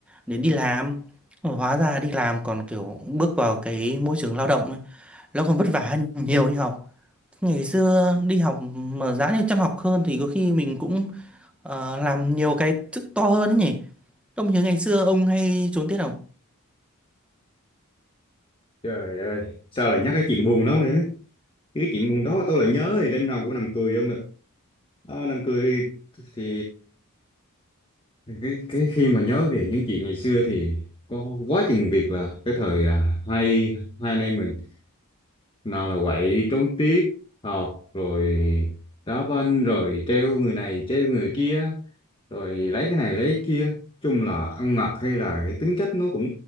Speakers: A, in the centre; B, on the left (about 25°).
A: để đi làm hóa ra đi làm còn kiểu bước vào cái môi trường lao động ấy, nó còn vất vả hơn nhiều đi học ngày xưa đi học mà giá như chăm học hơn thì có khi mình cũng ờ, làm nhiều cái chức to hơn ấy nhỉ ông nhớ ngày xưa ông hay trốn tiết không
B: trời ơi sao lại nhắc cái chuyện buồn đó nữa cái chuyện buồn đó tôi lại nhớ thì đêm nào cũng nằm cười không được Ờ, năm cười thì cái cái khi mà nhớ về những chuyện ngày xưa thì có quá chừng việc là cái thời à, hai hai anh em mình nào là quậy đi trốn tiết học rồi đá banh rồi treo người này treo người kia rồi lấy cái này lấy cái kia chung là ăn mặc hay là cái tính cách nó cũng